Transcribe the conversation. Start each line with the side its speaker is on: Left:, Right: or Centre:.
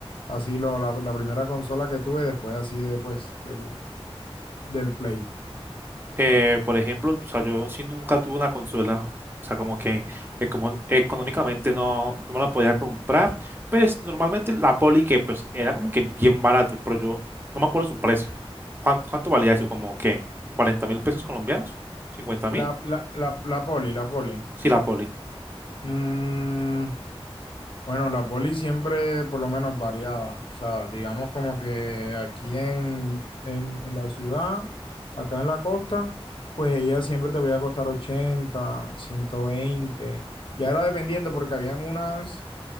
Left: así lo, la, la primera consola que tuve después así de, pues, del, del Play.
Right: Eh, por ejemplo, o sea, yo sí nunca tuve una consola, o sea, como que econo- económicamente no, no me la podía comprar, pues normalmente la Poli que pues era como que bien barato, pero yo no me acuerdo su precio. ¿Cuán- ¿Cuánto, valía eso? ¿Como que 40 mil pesos colombianos? cincuenta mil?
Left: La, la, la, la poly la poly
Right: Sí, la Poli.
Left: Mm, Bueno, la poli siempre por lo menos variaba. O sea, digamos como que aquí en, en, en la ciudad, acá en la costa, pues ella siempre te voy a costar ochenta ciento veinte Ya era dependiendo porque habían unas